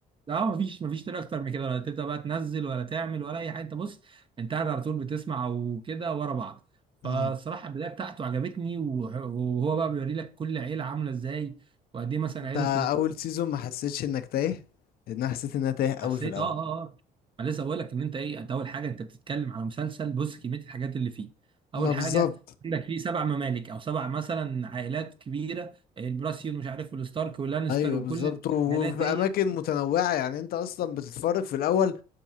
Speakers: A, on the right (about 30°); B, on the left (about 65°).
A: اه مفيش مفيش طريقه اكتر من كده ولا تبدا بقى تنزل ولا تعمل ولا اي حاجه انت بص انت قاعد على طول بتسمع وكده ورا بعض
B: <laughs> مم.
A: فالصراحه البدايه بتاعته عجبتني وه- وهو بقى بيوري لك كل عيله عامله ازاي وقد ايه مثلا
B: انت
A: عيله
B: اول سيزون ما حسيتش انك تايه لان انا حسيت ان انا تايه قوي
A: حسيت
B: في الاول
A: اه اه اه انا لسه بقول لك ان انت ايه انت اول حاجه انت بتتكلم على مسلسل بص كميه الحاجات اللي فيه اول
B: ما بالظبط
A: حاجه عندك فيه سبع ممالك او سبع مثلا عائلات كبيره البراسيون مش عارف والستارك واللانستر
B: ايوه
A: وكل
B: بالظبط وفي
A: العائلات دي
B: اماكن متنوعه يعني انت اصلا بتتفرج في الاول